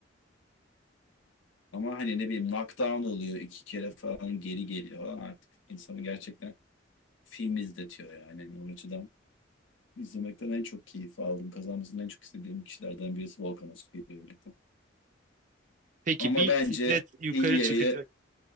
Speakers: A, on the left; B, on the right.
A: Ama hani ne bileyim knockdown oluyor iki kere falan geri geliyor falan artık insanı gerçekten film izletiyor yani. Hani o açıdan izlemekten en çok keyif aldım. Kazanmasını en çok istediğim kişilerden birisi Volkan Öztürk ile birlikte.
B: Peki
A: Ama
B: bir
A: bence
B: siklet yukarı
A: İlya'yı
B: çıkacak,